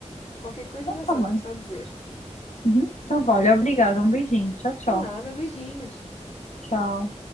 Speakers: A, on the left; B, on the left.
A: Qualquer coisa
B: Então
A: já
B: tá
A: sabes,
B: bem.
A: é só dizer.
B: Uhum. Então vale, obrigada, um beijinho. Tchau, tchau.
A: Nada, beijinhos.
B: Tchau.